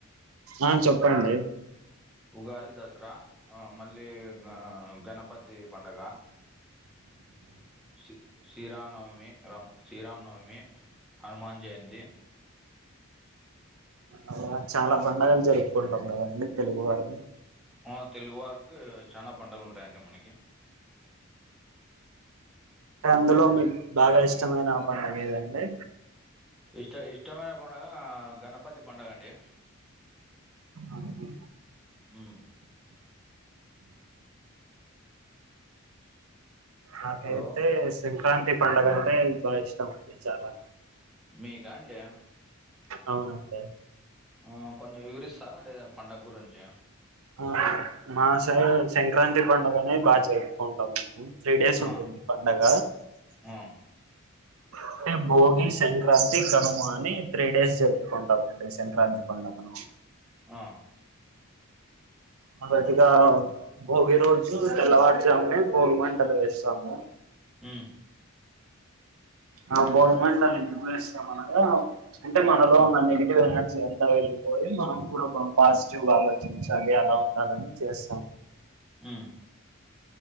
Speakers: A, on the right; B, in the centre.
A: ఆ చెప్పండి
B: ఉగాది దసరా ఆ మళ్ళీ గా గణపతి పండగ సి శ్రీరామనవమి రామ్ శ్రీరామనవమి హనుమాన్ జయంతి
A: అలా చాలా పండగలు జరుపుకుంటాం కదండి తెలుగు వారు
B: ఆ తెలుగు వారికి చానా పండగలు ఉంటాయండి మనకి
A: అందులో మీకు బాగా ఇష్టమైన పండగ ఏదండి
B: ఇష్ట ఇష్టమైన పండగ గణపతి పండగ అండి
A: అవున
B: మ్మ్
A: నాకైతే
B: హలో
A: సంక్రాంతి పండగ అంటే బాగా ఇష్టం అండి చాలా
B: మీకా అండి
A: అవునండి
B: ఆ కొంచెం వివరిస్తారా అంటే దాని పండగ గురించి
A: ఆ మా సైడ్ సంక్రాంతి పండగ అనేది బాగా జరుపుకుంటాం మేము త్రీ డేస్
B: ఆ,
A: ఉంటుంది పండగ
B: ఆ,
A: అంటే భోగి సంక్రాంతి కనుమ అని త్రీ డేస్ జరుపుకుంటామండి సంక్రాంతి పండ కనుమ
B: ఆ
A: మొదటిగా భోగి రోజు తెల్లవారుజామునే భోగి మంటలు వేస్తాము
B: మ్మ్
A: ఆ బోగీ మంటలు ఎందుకు వేస్తాం అనగా అంటే మనలో
B: మ్మ్,
A: ఉన్న నెగిటివ్ ఎనర్జీ అన్ త వెళ్ళిపోయి మనం కూడా పాజిటివ్ గా ఆలోచించాలి అలా ఉండాలని చేస్తాం
B: మ్మ్